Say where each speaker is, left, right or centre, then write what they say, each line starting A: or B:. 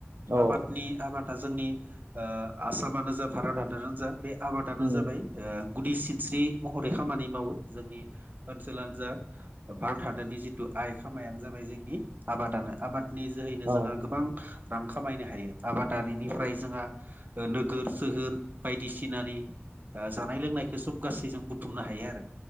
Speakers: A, on the right (about 70°); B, on the right (about 40°).
A: औ
B: आबादनि आबादा जोंनि आसामानो जा भारतआनोानो जा बे आबादानो
A: खोनादों
B: जाबाय गुदि सिनस्रि महरै खामानि मावो जोंनि ओनसोलानो जा भारत हादरनि जिथु आइ खामायानो जाबाय जोंनि आबादानो आबादनि जोहैनो
A: औ
B: जोङो गोबां रां खामायनो हायो आबादारिनिफ्राय जोंहा नोगोर सोहोर बायदिसिनानि दा जानाय लोंनायखौ सब गासै जों बुथुमनो हायो आरो